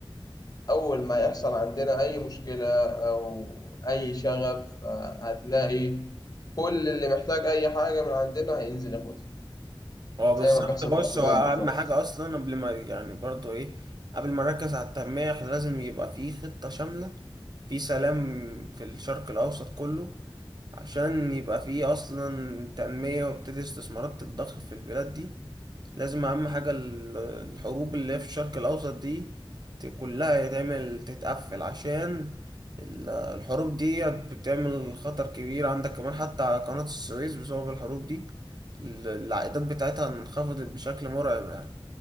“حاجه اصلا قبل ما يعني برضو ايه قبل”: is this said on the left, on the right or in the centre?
Right